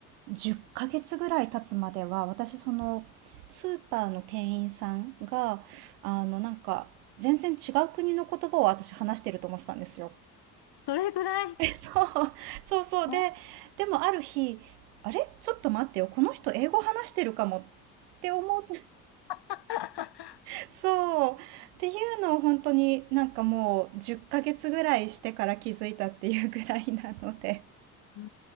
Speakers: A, on the right; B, on the left.
A: う。10ヶ月ぐらい経つまでは、私その、スーパーの店員さんが、あの、なんか、全然違う国の言葉を私話してると思ってたんですよ。
B: どれぐらい
A: <laughs> え、そう、そうそう。
B: あ
A: で、でもある日、あれちょっと待ってよ。この人英語話してるかもって思って、
B: <laughs>
A: <laughs> そう。っていうのを本当になんかもう10ヶ月ぐらいしてから気づいたっていうぐらいなので。
B: う